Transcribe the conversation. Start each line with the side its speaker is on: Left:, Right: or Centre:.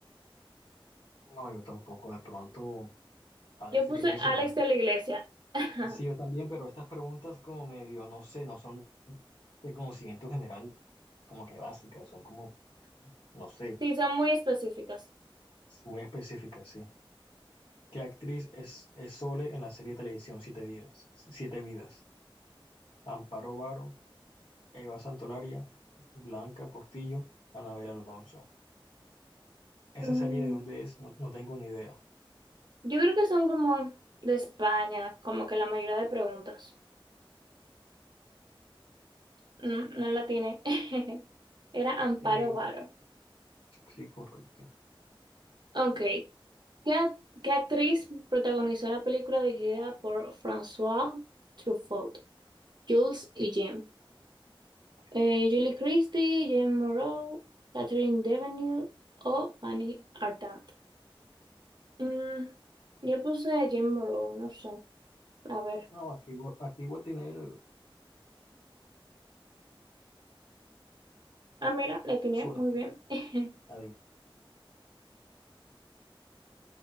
Left: No, yo tampoco. De pronto, Alex
Right: Yo puse
Left: de Iglesia,
Right: Alex
Left: pero este-
Right: de la Iglesia. <laughs>
Left: sí, yo también, pero estas preguntas como medio, no sé, no son de conocimiento general, como que básicas, son como, no sé,
Right: Sí, son muy específicas.
Left: muy específicas, sí. ¿Qué actriz es, es Sole en la serie de televisión Siete Vidas? Siete Vidas. Amparo Varo, Eva Santolaria, Blanca Portillo, Anabel Alonso. ¿Esa
Right: Mm,
Left: serie de dónde es? No, no tengo ni idea.
Right: Yo creo que son como de España, como que la mayoría de preguntas. No, no la tiene. <laughs> Era Amparo
Left: Sí, era.
Right: Varo.
Left: Sí, correcto.
Right: Ok. ¿Qué, a- qué actriz protagonizó la película dirigida por François Truffaut, Jules y Jim? Eh, Julie Christie, Jim Moreau, Catherine Deneuve o Fanny Ardant. Mm, yo puse Jim Moreau, no sé. A ver.
Left: No, aquí, voy- aquí voy a tener
Right: Ah, mira, le atiné
Left: suerte.
Right: muy bien. <laughs>
Left: Adivinar